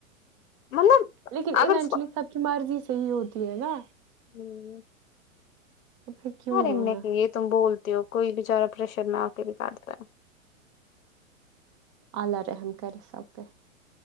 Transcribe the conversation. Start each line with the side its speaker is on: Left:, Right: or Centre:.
Left: مطلب
Right: لیکن ایونچولی
Left: اگر
Right: سب کی مرضی سے ہی ہوتی ہے نا
Left: ہمم
Right: تو پھر کیوں
Left: اور
Right: رونا
Left: ان میں سے یے تم بولتے ہو کوئی بچارہ پریشر آ کے نکالتا ہے
Right: الله رحم کر سکتے